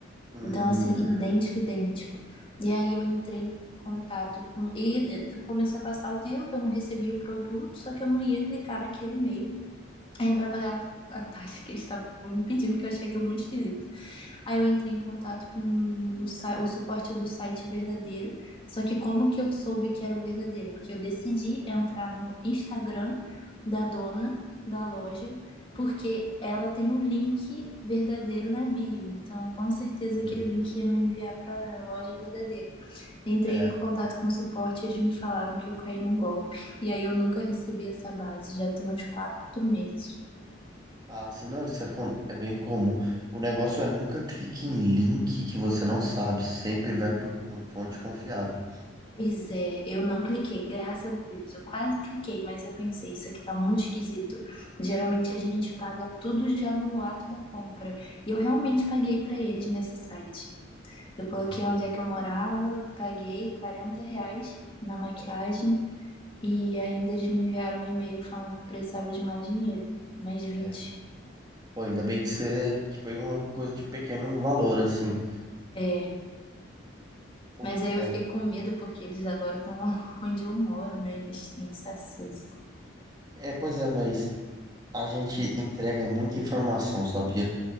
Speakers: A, on the right (about 20°); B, on the left (about 25°).
A: Hum,
B: Então, assim, idêntico, idêntico. E aí eu entrei em contato com. E eh, começou a passar o tempo, eu não recebia o produto, só que eu não ia clicar naquele e-mail para pagar a taxa que eles estavam me pedindo, porque eu achei aquilo muito esquisito. Aí eu entrei em contato com o, sa- o suporte do site verdadeiro. Só que como que eu soube que era o verdadeiro? Porque eu decidi entrar no Instagram da dona da loja, porque ela tem um link verdadeiro na bio. Então, com certeza
A: Entendi.
B: aquele link ia me enviar para a loja verdadeira. Entrei
A: é.
B: em contato com o suporte, eles me falaram que eu caí num golpe. E aí eu nunca recebi essa base, já tem uns quatro meses.
A: Ah, assim, não, isso é, com- é bem comum. O negócio é nunca clique em link que você não sabe. Sempre vai por con- fonte confiável.
B: Pois é, eu não cliquei, graças a Deus. Eu quase cliquei, mas eu pensei, isso aqui tá muito esquisito. Geralmente a gente paga tudo já no ato da compra. E eu realmente paguei pra eles nesse site. Eu
A: Entendi.
B: coloquei onde é que eu morava, paguei 40 reais na maquiagem e ainda eles me enviaram um e-mail falando que precisava de mais dinheiro, mais 20.
A: É. Pô, ainda bem que você que foi uma coisa de pequeno valor, assim.
B: É,
A: O-
B: mas aí eu
A: É,
B: fiquei com medo porque eles agora estão <laughs> onde eu moro, né? Eles têm esse acesso.
A: é, pois é, mas a gente entrega muita informação, sabia?